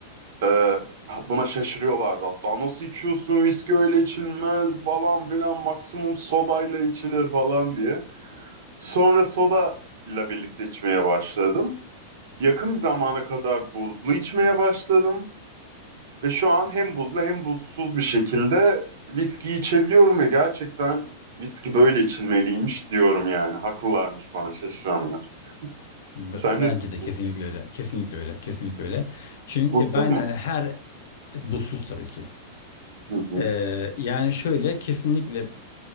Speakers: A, on the right; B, on the left.
A: Ee, ha- buna şaşırıyorlardı hatta. Nasıl içiyorsun? Viski öyle içilmez falan filan. Maksimum sodayla içilir falan diye. Sonra soda ile birlikte içmeye başladım. Yakın bir zamana kadar buzlu içmeye başladım. Ve şu an hem buzlu hem buzsuz bir şekilde viski içebiliyorum ve gerçekten viski böyle içilmeliymiş diyorum yani. Haklılarmış bana şaşıranlar.
B: B-
A: Sen
B: bence
A: ne düşünüyorsun?
B: de kesinlikle öyle. Kesinlikle öyle. Kesinlikle öyle. Çünkü
A: Buzsuz
B: ya ben
A: mu?
B: de hani her e, buzsuz tabii ki.
A: Hı hı.
B: Ee, yani şöyle kesinlikle